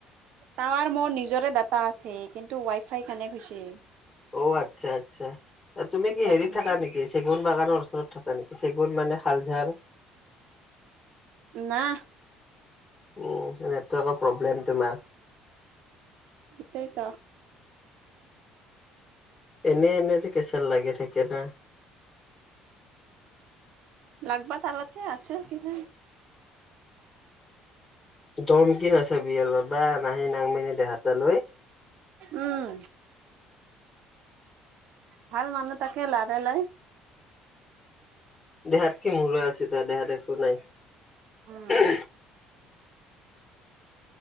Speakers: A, on the right; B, on the left.
A: তাৱাৰ মোৰ নিজৰে দাতা আছে কিন্তু ৱাই ফাই কাৰনে কৈছে।
B: অ আচ্ছা আচ্ছা। তুমি
A: সেইটা
B: কি হেৰিত
A: কাৰণে
B: থাকা নিকি চেগুন বাগানৰ ওচৰত থাকা নেকি চেগুন মানে শালঝাৰ।
A: না
B: উম নেটটো অলপ প্ৰব্লেম তোমাৰ।
A: সেইতাইত।
B: এনেই এনেই যে কেচেল লাগি থাকে না
A: লাগবা তালতে আছে কিজা
B: দম কি নাচাবি আৰু বা নাহি নাংমিনি দেহাতো লৈ।
A: উম ভাল মানুহ তাকে লাদে লয়।
B: দেহাত কি মূৰা আছে তাৰ দেহাত একো নাই।
A: উম